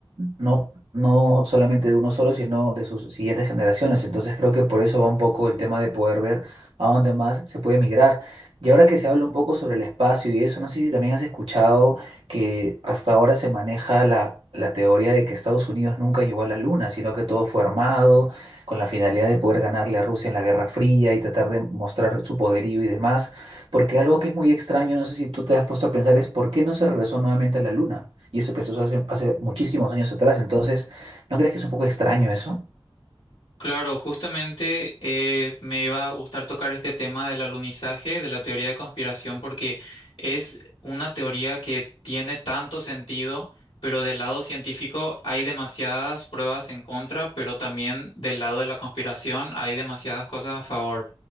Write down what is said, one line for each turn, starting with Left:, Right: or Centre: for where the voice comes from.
Right: no, no solamente de uno solo, sino de sus siguientes generaciones. Entonces creo que por eso va un poco el tema de poder ver a dónde más se puede migrar. Y ahora que se habla un poco sobre el espacio y eso, no sé si también has escuchado que hasta ahora se maneja la, la teoría de que Estados Unidos nunca llegó a la Luna, sino que todo fue armado con la finalidad de poder ganarle a Rusia en la Guerra Fría y tratar de mostrar su poderío y demás. Porque algo que es muy extraño, no sé si tú te has puesto a pensar, es por qué no se regresó nuevamente a la Luna. Y eso que se hizo hace, hace muchísimos años atrás. Entonces, ¿no crees que es un poco extraño eso?
Left: Claro, justamente eh, me iba a gustar tocar este tema del alunizaje, de la teoría de conspiración, porque es una teoría que tiene tanto sentido, pero del lado científico hay demasiadas pruebas en contra, pero también del lado de la conspiración hay demasiadas cosas a favor.